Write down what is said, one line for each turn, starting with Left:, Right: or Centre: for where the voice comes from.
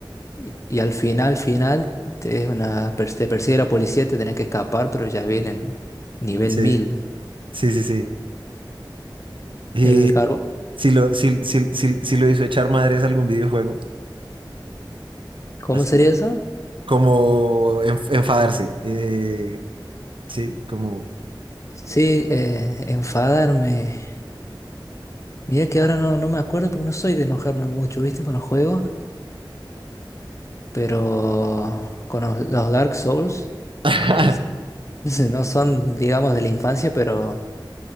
Left: Y, y al final, final, te, es una, per- te persigue la policía, te tenés que escapar, pero ya vienen nivel
Right: Sí,
Left: mil
Right: sí, sí, sí. Y
Left: El carbón.
Right: si lo, si, si, si, si lo hizo echar madres algún videojuego.
Left: ¿Cómo
Right: así
Left: sería eso?
Right: como enf- enfadarse. eh, sí, como,
Left: Sí, eh, enfadarme. Mira que ahora no, no me acuerdo porque no soy de enojarme mucho, ¿viste? Con los juegos. pero con los, los Dark Souls,
Right: <laughs>
Left: que <laughs> no no son, digamos, de la infancia, pero,